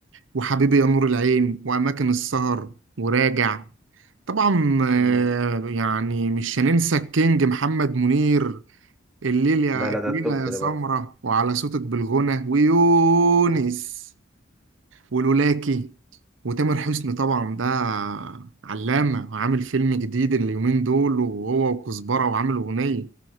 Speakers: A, on the right; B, in the centre.
A: وحبيبي يا نور العين واماكن السهر وراجع طبعا آه،
B: مم.
A: يعني مش هننسى الكينج محمد منير الليل يا
B: لا لا
A: الليلة
B: ده التوب
A: يا
B: ده
A: سمرة
B: برضه
A: وعلى صوتك بالغنى ويونس ولولاكي وتامر حسني طبعا ده علامة وعامل فيلم جديد اليومين دول وهو وكزبرة وعامل أغنية